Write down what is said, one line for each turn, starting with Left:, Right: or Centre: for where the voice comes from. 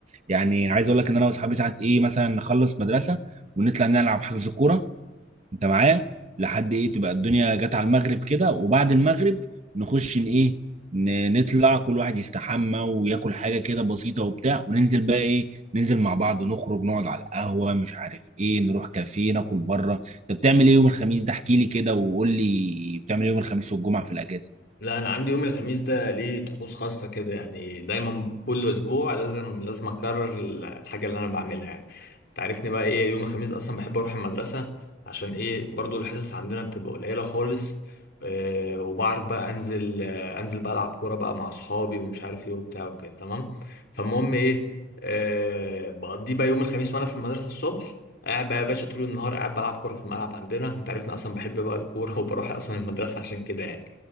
Right: يعني عايز اقول لك ان انا واصحابي ساعات ايه مثلا نخلص مدرسه ونطلع نلعب حجز كوره انت معايا لحد ايه تبقى الدنيا جت على المغرب كده وبعد المغرب نخش ان ايه ن- نطلع كل واحد يستحمى وياكل حاجه كده بسيطه وبتاع وننزل بقى ايه ننزل مع بعض نخرج نقعد على القهوه مش عارف ايه نروح كافيه ناكل بره انت بتعمل ايه يوم الخميس ده احكي لي كده وقول لي بتعمل ايه يوم الخميس والجمعه في الاجازه
Left: لا انا عندي يوم الخميس ده ليه طقوس خاصه كده يعني دايما كل اسبوع لازم لازم اكرر ال- الحاجه اللي انا بعملها يعني تعرفني بقى ايه يوم الخميس اصلا بحب اروح المدرسه عشان ايه برضو الحصص عندنا بتبقى قليله خالص آه وبعرف بقى انزل آه انزل بقى العب كوره بقى مع اصحابي ومش عارف ايه وبتاع وكده تمام فالمهم ايه آه بقضي بقى يوم الخميس وانا في المدرسه الصبح قاعد بقى يا باشا طول النهار قاعد بلعب كوره في الملعب عندنا انت عارفني اصلا بحب بقى الكوره <laughs> وبروح اصلا المدرسه عشان كده يعني